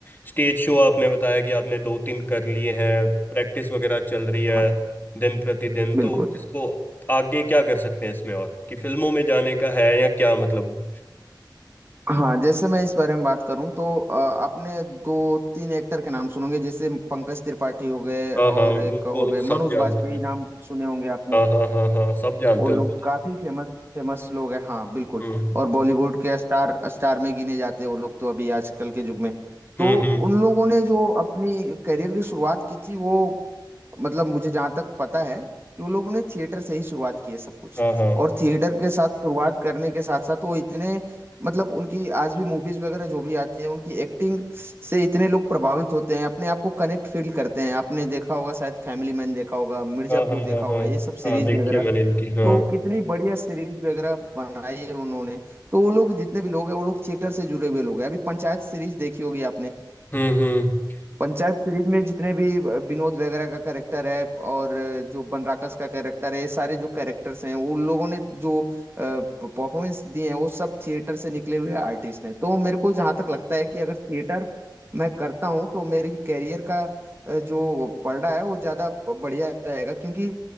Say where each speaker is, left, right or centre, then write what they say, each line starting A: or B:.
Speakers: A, on the left; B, on the right.
A: स्टेज शो आपने बताया कि आपने दो तीन कर लिए हैं प्रैक्टिस वगैरह चल रही है
B: हाँ
A: दिन प्रतिदिन
B: बिल्कुल
A: तो इसको आगे क्या कर सकते हैं इसमें और कि फिल्मों में जाने का है या क्या मतलब
B: हाँ जैसे मैं इस बारे में बात करूं तो अ, आपने दो तीन एक्टर के नाम सुनोगे जैसे पंकज त्रिपाठी हो गए
A: हाँ हाँ
B: और
A: उनको
B: एक हो गए
A: सब
B: मनोज
A: जानते
B: बाजपेयी
A: हैं
B: नाम सुने होंगे आपने
A: हाँ हाँ हाँ हाँ सब जानते
B: वो लोग
A: हैं उनको
B: काफी फेमस फेमस लोग हैं हाँ बिल्कुल
A: हम्म
B: और बॉलीवुड के स्टार स्टार में गिने जाते हैं वो लोग तो अभी आजकल के युग में
A: हम्म
B: तो
A: हम्म
B: उन लोगों ने जो अपनी करियर की शुरुआत की थी वो मतलब मुझे जहाँ तक पता है कि वो लोगों ने थिएटर से ही शुरुआत की है सब कुछ
A: हाँ हाँ
B: और थिएटर के साथ शुरुआत करने के साथ साथ वो इतने मतलब उनकी आज भी मूवीज वगैरह जो भी आती हैं उनकी एक्टिंग से इतने लोग प्रभावित होते हैं अपने आप को कनेक्ट फील करते हैं आपने देखा होगा शायद फैमिली मैन देखा होगा मिर्जापुर
A: हाँ हाँ
B: देखा
A: हाँ हाँ
B: होगा ये सब सीरीज
A: हाँ देखिए
B: वगैरह
A: मैंने इनकी हाँ
B: तो कितनी बढ़िया सीरीज वगैरह बनाई है उन्होंने तो वो लोग जितने भी लोग हैं वो लोग थिएटर से जुड़े हुए लोग हैं अभी पंचायत सीरीज देखी होगी आपने
A: हम्म हम्म
B: पंचायत सीरीज में जितने भी विनोद वगैरह का कैरेक्टर है और जो बनराकस का कैरेक्टर है ये सारे जो कैरेक्टर्स हैं वो उन लोगों ने जो परफॉर्मेंस दिए हैं वो सब थिएटर से निकले हुए आर्टिस्ट हैं तो मेरे को जहाँ तक लगता है कि अगर थिएटर मैं करता हूँ तो मेरी कैरियर का अ, जो पलड़ा है वो ज़्यादा बढ़िया रहेगा क्योंकि